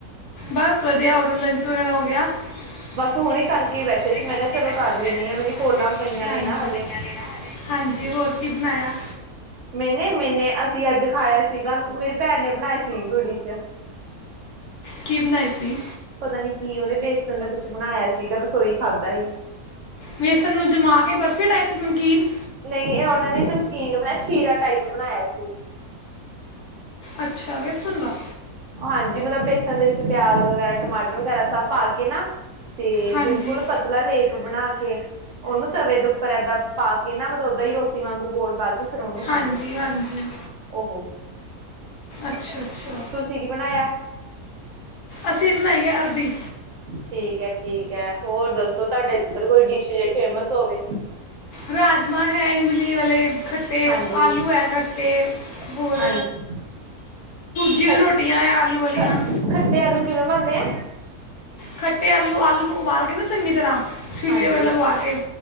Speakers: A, on the left (about 75°); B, on the right (about 65°).
A: ਬਸ ਵਧੀਆ। ਹੋਰ ਲੰਚ ਵਗੈਰਾ ਹੋ ਗਿਆ? ਬਸ
B: ਹੁਣੇ ਕਰਕੇ ਬੈਠੇ
A: ਹੁਨੇ
B: ਸੀ
A: ਕਰਕੇ
B: ਮੈਂ ਕਿਹਾ ਚਲੋ
A: ਬੈਠੇ
B: ਕਰ
A: ਸੀ
B: ਲੈਂਣੀ
A: ਮੈਂ ਕਿਆ
B: ਆ
A: ਚਲੋ
B: ਮੇਰੀ
A: ਕਰ
B: ਕੋਲਾਂ
A: ਦੇਨੀ
B: ਪਈਆਂ
A: ਆ।
B: ਨੇ
A: ਮੇਰੀਆ
B: ਨਾ
A: <unintelligible>
B: ਹਜੇ।
A: ਪਈਆਂ ਨੇ ਨਾ ਹਜੇ। ਹਾਂਜੀ। ਹਾਂਜੀ, ਹੋਰ ਕੀ ਬਨਾਇਆ?
B: ਮੈਨੇ-ਮੈਨੇ ਅਸੀ ਅੱਜ ਖਾਇਆ ਸੀਗਾ, ਮੇਰੀ ਭੈਨ ਨੇ ਬਣਾਏ ਸੀ ਕੋਈ ਡਿਸ਼।
A: ਕੀ ਬਨਾਈ ਸੀ?
B: ਪਤਾ ਨੀ ਕੀ ਓਨੇ ਬੇਸਨ ਦਾ ਕੁਛ ਬਨਾਇਆ ਸੀਗਾ ਬਸ ਓਈ ਖਾਧਾ ਹੀ।
A: ਵੇਸਨ ਨੂੰ ਜਮਾ ਕੇ ਬਰਫੀ ਟਾਈਪ ਨਮਕੀਨ
B: ਨਈ, ਓਨਾਂ ਨੇ ਨਮਕੀਨ ਬਨਾਏ, ਛੀਰਾ ਟਾਈਪ ਬਣਾਇਆ ਸੀ।
A: ਅੱਛਾ, ਵੇਸਨ ਦਾ?
B: ਹਾਂਜੀ, ਮਤਲਬ ਬੇਸਨ ਦੇ ਵਿੱਚ ਪਿਆਜ ਵਗੈਰਾ, ਟਮਾਟਰ ਵਗੈਰਾ ਸਭ ਪਾ ਕੇ ਨਾ ਤੇ
A: ਹਾਂਜੀ
B: ਬਿਲਕੁਲ ਪਤਲਾ ਲੇਪ ਬਨਾ ਕੇ ਓਨੂੰ ਤਵੇ ਦੇ ਉੱਪਰ ਐਦਾਂ ਪਾ ਕੇ ਨਾ ਮਤਲਬ ਓਦਾਂ ਈ ਰੋਟੀ ਵਾਂਗੂ ਗੋਲ ਪਾ ਕੇ ਫੇਰ ਓਨੂੰ ਖਾਨ
A: ਹਾਂਜੀ-ਹਾਂਜੀ।
B: ਓ ਹੋ
A: ਅੱਛਾ-ਅੱਛਾ।
B: ਤੁਸੀ ਕੀ ਬਨਾਇਆ?
A: ਅਸੀ ਵੀ ਬਨਾਈ ਏ ਅਰਬੀ।
B: ਠੀਕ ਐ ਠੀਕ ਐ, ਹੋਰ ਦੱਸੋ ਤੁਆਡੇ ਏਦਰ ਕੋਈ ਡਿਸ਼ ਜੇੜੀ ਫੇਮਸ ਹੋਵੇ?
A: ਰਾਜ ਮਾ ਹੈ ਇਮਲੀ ਵਾਲੇ ਖੱਟੇ,
B: ਹਾਂਜੀ
A: ਆਲੂ ਐ ਖੱਟੇ, ਹੋਰ
B: ਹਾਂਜੀ
A: <unintelligible> ਰੋਟੀਆਂ
B: ਖ
A: ਐ ਆਲੂ ਆਲੀਆਂ
B: ਖ ਖੱਟੇ ਆਲੂ ਕਿਵੇਂ ਬਣਦੇ ਆ?
A: ਖੱਟੇ ਆਲੂ, ਆਲੂ ਨੂੰ ਉਬਾਲ ਕੇ ਨਾ ਚੰਗੀ ਤਰਾਂ ਸੀਟੀਆਂ
B: ਹਾਂਜੀ
A: ਵਗੈਰਾ ਲਗਵਾ ਕੇ,